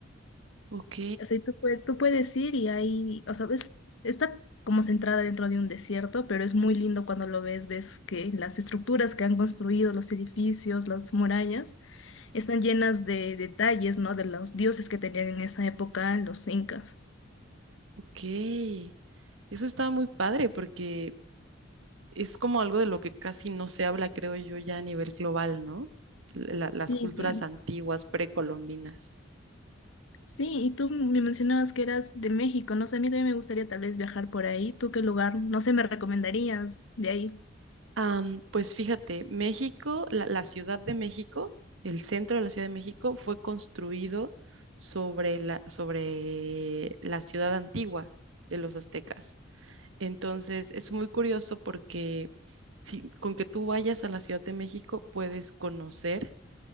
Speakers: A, on the right (about 75°); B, on the left (about 70°).
A: ok,
B: O sea, y tú, pue- tú puedes ir y ahí, o sea, ves, está como centrada dentro de un desierto, pero es muy lindo cuando lo ves, ves que las estructuras que han construido, los edificios, las murallas, están llenas de detalles, ¿no? De los dioses que tenían en esa época los incas.
A: ok. Eso está muy padre porque es como algo de lo que casi no se habla, creo yo, ya a nivel global, ¿no? La- las
B: Sí,
A: culturas
B: claro.
A: antiguas, precolombinas.
B: Sí, y tú me mencionabas que eras de México, no sé, a mí también me gustaría tal vez viajar por ahí. ¿Tú qué lugar, no sé, me recomendarías de ahí?
A: Am, pues fíjate, México, la, la Ciudad de México, el centro de la Ciudad de México fue construido sobre la, sobre la ciudad antigua de los aztecas. Entonces, es muy curioso porque si- con que tú vayas a la Ciudad de México puedes conocer